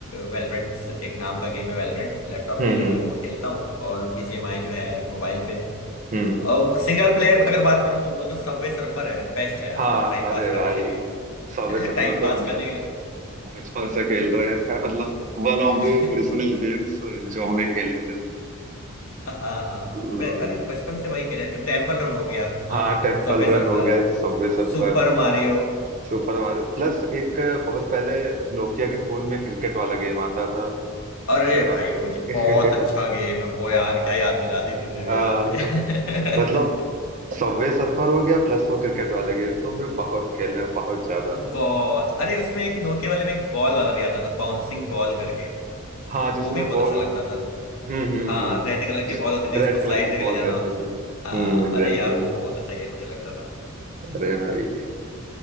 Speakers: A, on the left (about 70°); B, on the right (about 35°).
A: वेलोरेंट एक नाम का गेम है वेलोरेंट लैपटॉप
B: हम्म
A: के लिए
B: हम्म
A: मैं वो खेलता हूँ और बीजीएमआई जो है मोबाइल पे
B: हम्म
A: और सिंगल प्लेयर अगर बात करूँ तो वो जो सबवे सर्फर है बेस्ट है यार
B: हाँ
A: टाइम
B: अरे
A: पास करने
B: भाई
A: के लिए <laughs>
B: सबवे सर्फर
A: टाइम पास
B: तो
A: करने
B: बच-
A: के लिए बस।
B: बचपन से खेल रहे हैं <laughs> मतलब one of the
A: <laughs>
B: original games जो हमने खेले थे
A: हाँ हाँ
B: हम्म।
A: बे- अरे बचपन से वही खेले तो टेम्पल रन हो गया हाँ
B: हाँ टेम्पल
A: सबवे
B: रन
A: सर्फर
B: हो गया subway surfer
A: सुपर मारियो
B: super Mario Plus एक बहुत पहले नोकिया के फोन में क्रिकेट वाला गेम आता था
A: अरे
B: अगर
A: भाई
B: आपको
A: वो जी
B: <laughs>
A: बहुत अच्छा गेम है वो यार क्या याद दिला दी तूने भी
B: आ,
A: यार <laughs>
B: मतलब सबवे सर्फर हो गया प्लस वो क्रिकेट वाले गेम तो हमने बहुत खेले हैं बहुत ज्यादा
A: बहुत अरे उसमें एक नोकिया वाले में एक बॉल वाला भी आता था बाउंसिंग बॉल करके
B: हाँ जिसमें
A: वो भी बहुत
B: बॉल
A: अच्छा लगता था
B: हम्म हम्म
A: हाँ
B: हम्म
A: रेड कलर
B: जिस
A: की बॉल होती थी
B: रेड
A: इसको स्लाइड
B: कलर की
A: करके
B: बॉल
A: ले जाना
B: रहती
A: होता था
B: थी
A: हाँ
B: हम्म एग्जैक्टली
A: अरे यार वो बहुत अच्छा गेम मुझे लगता था
B: अरे भाई